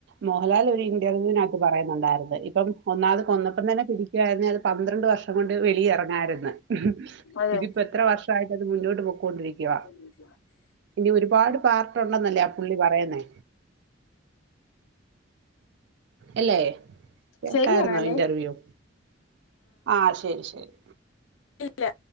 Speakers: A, on the right (about 65°); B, on the left (about 85°).
A: മോഹൻലാൽ ഒരു ഇൻ്റർവ്യൂ നത്തു പറയുന്നുണ്ടായിരുന്നു ഇപ്പം ഒന്നാമത് കൊന്നപ്പം തന്നെ പിടിക്കുകായിന്ന അത് പന്ത്ര ന്ത്രണ്ട് വർഷം കൊണ്ട് വെളി ഇറങ്ങാായിരുന്നു
B: അതെ
A: ഇതിപ്പോ എത്ര വർഷയിട്ട് അത് മുന്നോട്ട് പോകോണ്ടിരിക്കുവ
B: <inaudible>
A: ഇനി ഒരുപാട് പാർട്ടുണ്ടെന്നല്ലേ ആ പുള്ളി പറയുന്നേ അല്ലേ കേട്ടായിരുന്നോ
B: ശരിയാണല്ലേ
A: ഇന്റർവ്യൂ ആഹ് ശരി ശരി
B: ഇല്ല